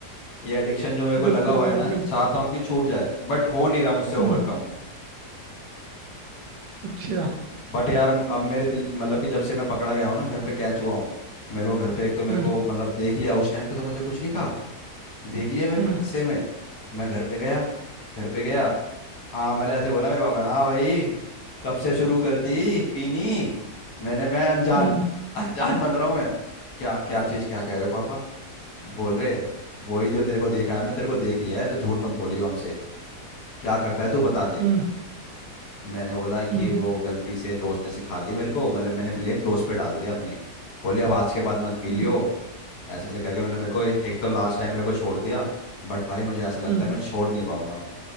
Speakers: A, on the left (about 80°); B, on the right (about 80°).
A: ये एडिक्शन जो मेरे को लगा
B: बिल्कुल
A: हुआ
B: भाई
A: है ना
B: बिल्कुल
A: चाहता हूँ कि छूट जाए बट हो नहीं रहा मुझसे ओवरकम
B: हम्म अच्छा
A: बट यार अब मेरे दिल मतलब कि जब से मैं पकड़ा गया हूँ ना घर पे कैच हुआ हूँ मेरे को घर पे एक तो मेरे
B: हम्म
A: को मतलब देख लिया उस टाइम पे तो मुझे कुछ नहीं कहा देख लिया मेरे
B: हम्म
A: को टस्से में मैं घर पे गया घर पे गया हाँ मैंने ऐसे बोला मेरे पापा ने हाँ भाई कब से शुरू कर दी पीनी मैंने मैं अनजान
B: हम्म
A: <laughs> अनजान बन रहा हूँ मैं क्या क्या चीज़ क्या कह रहे हो पापा बोल रहे वही जो तेरे को देखा है हमने तेरे को देख लिया है तो झूठ मत बोलियो हमसे क्या करता है तू बता दे
B: हम्म
A: मैंने बोला कि
B: हम्म
A: वो गलती से दोस्त ने सिखा दी मेरे को मतलब मैंने ब्लेम दोस्त पे डाल दिया अपने बोले अब आज के बाद मत पी
B: हम्म
A: लियो ऐसे ऐसे करके उन्होंने मेरे को ए- एक तो लास्ट टाइम मेरे को छोड़ दिया बट भाई मुझे ऐसा लगता
B: हम्म
A: है मैं छोड़ नहीं पाऊंगा